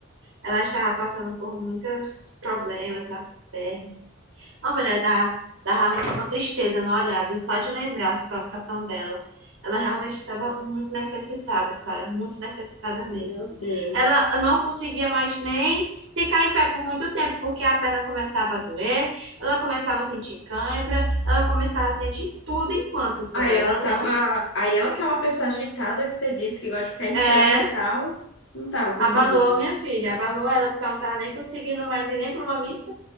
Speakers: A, on the right; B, on the left.
A: ela estava passando por muitos problemas na perna. A mulher dá, dá uma tristeza no olhar, viu? Só de lembrar a situação dela. Ela realmente estava muito necessitada, Clara, muito necessitada
B: Meu
A: mesmo.
B: Deus.
A: Ela não conseguia mais nem ficar em pé por muito tempo, porque a perna começava a doer, ela começava a sentir cãibra, ela começava a sentir tudo enquanto, Clara,
B: Aí ela
A: ela
B: tava.
A: não.
B: Aí ela que é uma pessoa agitada que você disse que gosta de ficar em
A: É,
B: pé e tal. Não tava conseguindo.
A: abalou minha filha, abalou ela, porque ela não estava nem conseguindo mais ir nem para uma missa.